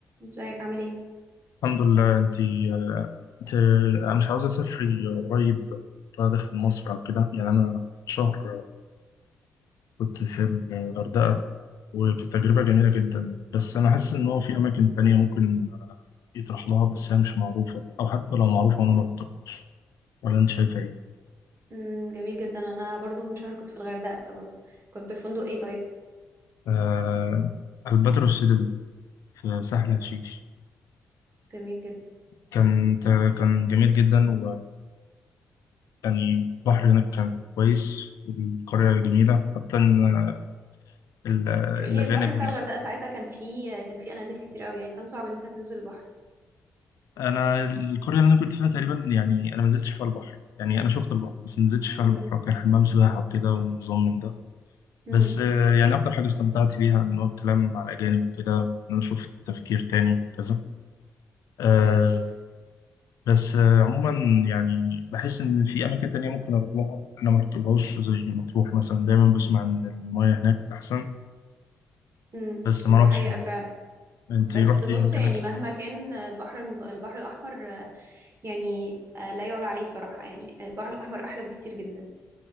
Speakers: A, on the right; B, on the left.
A: ازيك عامل ايه
B: الحمد لله انت انت انا مش عاوز اسافري قريب منطقه داخل مصر او كده يعني انا شهر كنت في الغردقه وكانت تجربه جميله جدا بس انا حاسس ان هو في اماكن تانية ممكن يطرح لها بس هي مش معروفه او حتى لو معروفه وانا ما رحتهاش ولا انت شايفه ايه
A: امم جميل جدا انا برضو من شهر كنت في الغردقه برضو كنت في فندق ايه طيب
B: آه الباترو السيدل في سهل حشيش
A: جميل جدا
B: كان كان جميل جدا وكان يعني البحر هناك كان كويس والقريه جميله حتى ان ال- الاجانب
A: تريلي البحر بتاع
B: هناك
A: الغردقه ساعتها كان فيه كان فيه اناديل كتير قوي يعني كان صعب ان انت تنزل البحر
B: انا القريه اللي انا كنت فيها تقريبا يعني انا ما نزلتش فيها البحر يعني انا شفت البحر بس ما نزلتش فيها
A: امم
B: البحر وكان حمام سباحه وكده ونظام من ده
A: امم
B: بس آه، يعني اكتر حاجه استمتعت بيها ان هو الكلام مع الاجانب وكده ان انا شفت تفكير تاني وكذا آه،
A: جميل
B: بس آه، عموما يعني بحس ان في اماكن تانية ممكن اروح لها انا ما رحتلهاش زي مطروح مثلا دايما بسمع ان المياه هناك احسن
A: امم
B: بس ما
A: دي
B: رحتش
A: حقيقه
B: هناك
A: فعلا
B: انت
A: بس
B: رحتي
A: بص
B: اماكن
A: يعني
B: هناك
A: مهما
B: قبل كده
A: كان البحر المط... البحر الاحمر آه، يعني آه، لا يعلى عليه بصراحه يعني البحر الاحمر احلى بكتير جدا